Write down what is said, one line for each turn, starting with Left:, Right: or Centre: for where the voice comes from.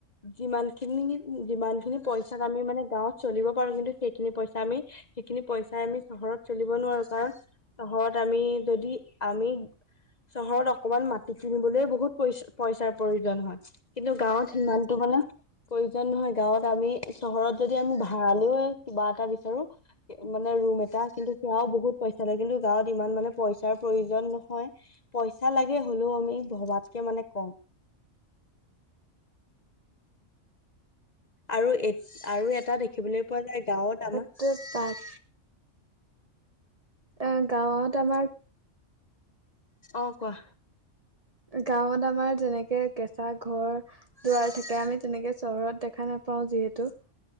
Left: যিমানখিনি যিমানখিনি পইচা আমি মানে গাঁৱত চলিব পাৰোঁ কিন্তু সেইখিনি পইচা আমি সেইখিনি পইচাই আমি চহৰত চলিব নোৱাৰোঁ কাৰণ চহৰত আমি যদি আমি চহৰত অকমান মাটি কিনিবলৈ বহুত পইচ পইচাৰ প্ৰয়োজন হয়। কিন্তু গাঁৱত সিমানটো মানে প্ৰয়োজন নহয় গাঁৱত আমি চহৰত যদি আমি ভাড়ালেও কিবা এটা বিচাৰো। মানে ৰুম এটা কিন্তু সেয়াও বহুত পইচা লাগে কিন্তু গাঁৱত ইমান মানে পইচাৰ প্ৰয়োজন নহয়। পইচা লাগে হ'লেও আমি ভবাতকে মানে কম। আৰু এ আৰু এটা দেখিবলৈ পোৱা যায় গাঁৱত আমাৰ
Right: উ্ত পাঁচ অ', গাঁৱত আমাৰ
Left: অ', কোৱা
Right: গাঁৱত আমাৰ যেনেকে কেঁচা ঘৰ দুৱাৰ থাকে আমি তেনেকে চহৰত দেখা নাপাওঁ যিহেতু